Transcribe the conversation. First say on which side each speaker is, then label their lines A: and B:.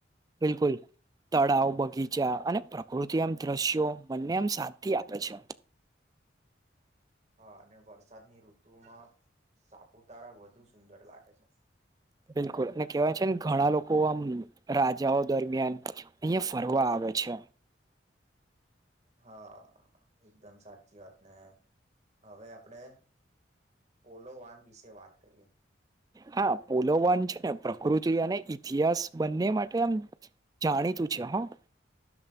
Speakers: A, on the right; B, on the right.
A: બિલકુલ તળાવ બગીચા અને પ્રકૃતિ એમ દ્રશ્યો મને એમ સાાંતિ આપે છે
B: હા અને વરસાદની ઋતુમાં સાપુતારા વધુ સુંદર લાગે છે
A: બિલકુલ અને કેહેવાય છે ને ઘણા લોકો આમ રાજાઓ દરમિયાન અહિયાં ફરવા આવે છે
B: હા એકદમ સાચી વાત ને હવે આપડે પોલો વાન વિશે વાત કરીએ
A: હા પોલોવાન છે ને પ્રકૃતિ અને ઇતિહાસ બંને માટે આમ જાણીતું છે હા